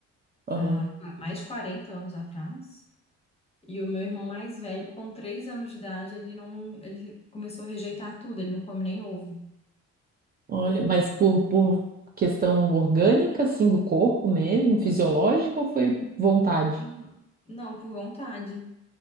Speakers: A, on the right (about 30°); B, on the left (about 20°).
A: aham.
B: há mais de 40 anos atrás. E o meu irmão mais velho, com 3 anos de idade, ele não, ele começou a rejeitar tudo, ele não come nem ovo.
A: Olha, mas por, por questão orgânica, assim, do corpo mesmo, fisiológica, ou foi vontade?
B: Não, Não, por vontade.